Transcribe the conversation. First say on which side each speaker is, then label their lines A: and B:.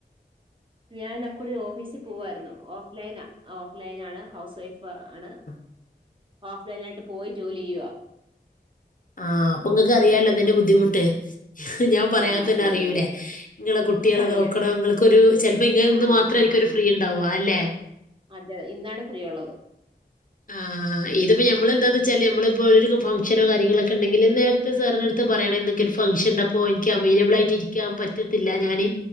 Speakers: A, on the right; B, on the left.
A: ഞാൻ നമുക്കൊരു ഓഫീസിൽ പോവായിരുന്നു ഓഫ്‌ലൈന ഓഫ്‌ലൈൻ ആണ് ഹൗസ് വൈഫ് ആണ്.
B: <inaudible>
A: ഓഫ്‌ലൈൻ ആയിട്ട് പോയി ജോലി ചെയ്യുവാ.
B: ആഹ് അപ്പൊ ഇങ്ങക്ക് അറിയാലോ അതിന്റെ ബുദ്ധിമുട്ട്. ഞാൻ പറയാതെ
A: ആഹ്
B: തന്നെ
A: അതെ
B: അറിയൂലേ
A: അതെ അതെ
B: ഇങ്ങളെ കുട്ട്യാളെ
A: അറിയാ
B: നോക്കണം
A: അറിയാ
B: ഇങ്ങൾക്കൊരു ചെലപ്പോ ഇങ്ങളിനിന്ന്
A: ആഹ്
B: മാത്രയി ക്ക്‌രു ഫ്രീണ്ടാവും അല്ലെ
A: അതെ ഇന്നാണ് ഫ്രീ ഉള്ളത്.
B: ആഹ് ഇത്പ്പോ നമ്മളെന്താന്ന് വെച്ചാല് നമ്മളിപ്പോരു ഫഗ്‌ഷനോ കാര്യങ്ങളൊക്കെണ്ടെങ്കിൽ നേരത്തെ സാറിനട്ത്ത് പറയണം ഇന്നിക്കൊരു ഫംഗഷന്ണ്ടപ്പോ ഇന്ക്ക് അവൈലബിളായിട്ട് ഇരിക്കാൻ പറ്റ് ത്തില്ല ഞാന്